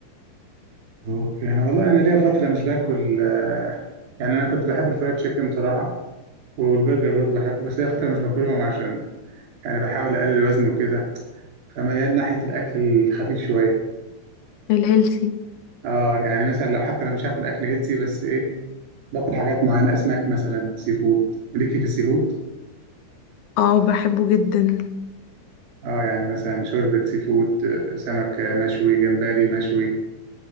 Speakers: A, on the right; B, on the left.
A: اوكي انا والله انا ليا فتره مش باكل آه، يعني انا كنت بحب الفرايد تشيكن بصراحه والبرجر برضو بحبه بس ليا فتره مش باكلهم عشان يعني بحاول اقلل وزني وكده فميال ناحيه الاكل الخفيف شويه
B: الهيلثي
A: اه يعني مثلا لو حتى انا مش هاكل اكل هيلثي بس ايه باكل حاجات معينة أسماك مثلا سي فود ليكي في السي فود
B: اه بحبه جدا
A: اه يعني مثلا شوربة سي فود آه، سمك آه، مشوي جمبري مشوي